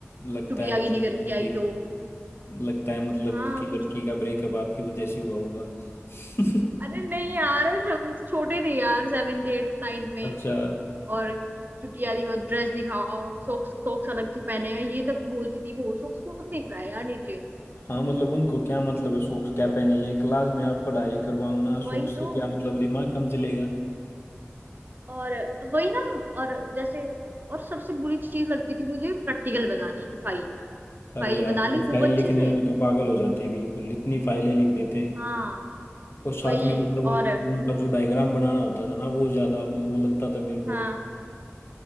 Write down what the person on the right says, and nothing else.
चुटियागी
निकर के आई
दो
हाँ
कुछ
अरे नहीं यार हम तो छोटे थे यार सेवेंथ एट नाइन्थ में
और चुटिया दिखाओ ड्रेस दिखाओ सॉक्स सॉक्स अलग क्यों पहने हैं ये तक बोलती थी वो सॉक्स कौन देख रहा है यार नीचे
वही
तो
और वही ना और जैसे और सबसे बुरी चीज लगती थी मुझे प्रैक्टिकल बनाने की फाइल
फाइल
बना
ली खूब
अच्छे
से
हाँ
वही
और
हाँ